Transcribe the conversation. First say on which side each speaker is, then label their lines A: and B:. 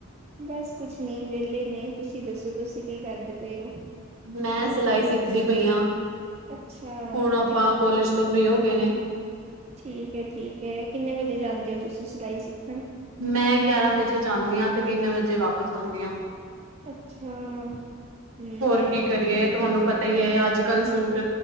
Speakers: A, on the right; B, on the right.
A: ਬਸ ਕੁਛ ਨਹੀਂ ਵਿਹਲੇ ਨੇ ਤੁਸੀਂ ਦੱਸੋ ਤੁਸੀਂ ਕੀ ਕਰਦੇ ਪਏ ਹੋ?
B: ਮੈਂ ਸਿਲਾਈ ਸਿੱਖਦੀ ਪਈ ਹਾਂ
A: ਅੱਛਾ
B: ਹੁਣ ਆਪਾਂ
A: ਕਿ
B: ਕੋਲੇਜ ਤੋਂ ਫ੍ਰਰੀ ਹੋ ਗਏ ਨੇ
A: ਠੀਕ ਹੈ-ਠੀਕ ਹੈ। ਕਿੰਨੇ ਵਜੇ ਜਾਂਦੇ ਹੋ ਤੁਸੀਂ ਸਿਲਾਈ ਸਿੱਖਣ
B: ਮੈਂ ਗਿਆਰਾਂ ਵਜੇ ਜਾਂਦੀ ਹਾਂ ਤੇ ਤਿੰਨ ਵਜੇ ਵਾਪਿਸ ਆਉਂਦੀ ਹਾਂ
A: ਅੱਛਾ ਠੀਕ
B: ਹੋਰ
A: ਹੈ
B: ਕੀ ਕਰੀਏ ਤੁਹਾਨੂੰ ਪਤਾ ਹੀ ਹੈ। ਅੱਜ ਕੱਲ ਸੂਟ